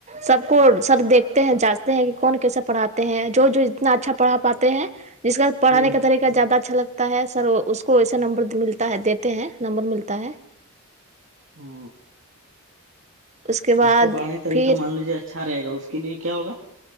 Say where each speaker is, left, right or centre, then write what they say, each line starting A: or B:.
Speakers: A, on the right; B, on the right.
A: سب کو سر دیکھتے ہیں جانچتے ہیں کہ کون کیسے پڑھاتے ہیں جو جو اتنا اچھا پڑھا پاتے ہیں جس کا
B: کی
A: پڑھانے کا طریقہ زیادہ اچھا لگتا ہے سر اس کو ویسے نمبر ملتا ہے دیتے ہیں نمبر ملتا تایں
B: ہ
A: اس کے بعد
B: جس کا پڑھانی طریقہ
A: پھر
B: مان لیجیے اچھا اچھا رہے گا اس کے لیے کیا ہوگا